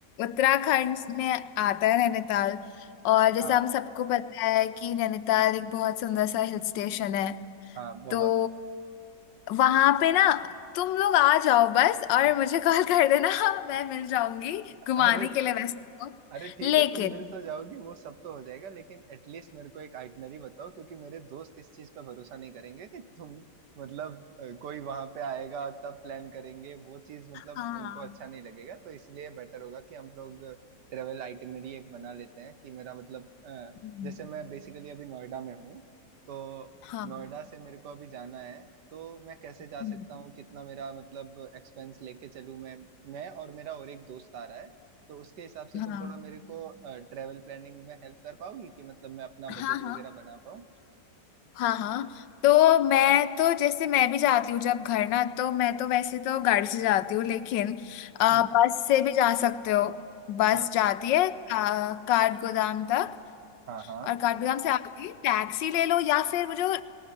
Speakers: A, on the left; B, on the right.
A: उत्तराखंड में आता है नैनीताल और जैसे
B: हाँ
A: हम सबको पता है कि नैनीताल एक बहुत सुंदर सा हिल स्टेशन है
B: हाँ बहुत
A: तो वहां पे ना तुम लोग आ जाओ बस और मुझे कॉल कर देना <laughs> मैं मिल जाऊंगी घुमाने
B: अरे
A: के लिए वैसे तो
B: अरे ठीक
A: लेकिन
B: है तुम मिल तो जाओगी वो सब तो हो जाएगा लेकिन एटलीस्ट मेरे को एक आइटनरी बताओ क्योंकि मेरे दोस्त इस चीज पे भरोसा नहीं करेंगे कि तुम मतलब अ, कोई वहां पे आएगा तब प्लान करेंगे वो चीज मतलब
A: हाँ
B: उनको
A: हाँ
B: अच्छा नहीं लगेगा तो इसलिए बेटर होगा कि हम लोग ट्रेवल आइटनरी एक बना लेते हैं कि मेरा मतलब अ,
A: हम्म,
B: जैसे मैं बेसिकली अभी नोएडा में हूँ तो
A: हाँ
B: नोएडा से मेरे को अभी जाना है तो मैं कैसे
A: हम्म,
B: जा सकता हूँ कितना मेरा मतलब एक्सपेंस लेके चलूँ मैं मैं और मेरा और एक दोस्त आ रहा है तो उसके हिसाब से
A: हाँ
B: तुम थोड़ा मेरे को ट्रेवल प्लानिंग में हेल्प कर पाओगी कि मतलब मैं अपना
A: हाँ
B: बजट वगैरह
A: हाँ
B: बना पाऊँ
A: हाँ हाँ तो मैं तो जैसे मैं भी जाती हूँ जब घर ना तो मैं तो वैसे तो गाड़ी से जाती हूँ लेकिन अ,
B: हम्म,
A: बस से भी जा सकते हो बस
B: हाँ
A: जाती है का, काठ गोदाम तक
B: हाँ हाँ
A: और काठ गोदाम से आती है टैक्सी ले लो या फिर वो जो